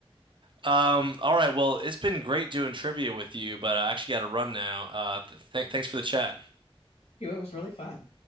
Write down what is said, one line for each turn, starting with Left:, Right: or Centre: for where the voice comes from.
Right: Um, all right, well, it's been great doing trivia with you, but I actually got to run now. Uh, th thanks for the chat.
Left: It was really fun.